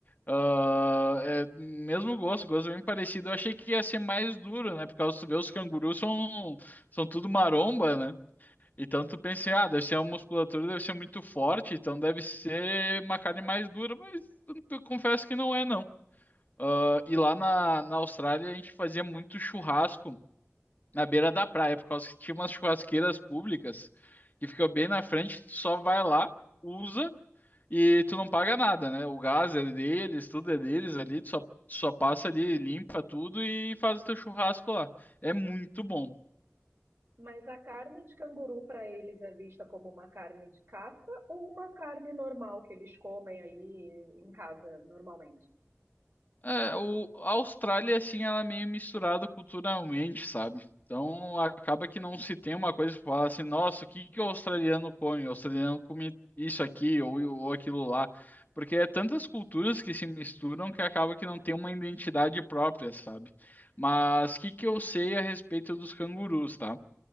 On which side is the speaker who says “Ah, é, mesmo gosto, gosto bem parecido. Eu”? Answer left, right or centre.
Left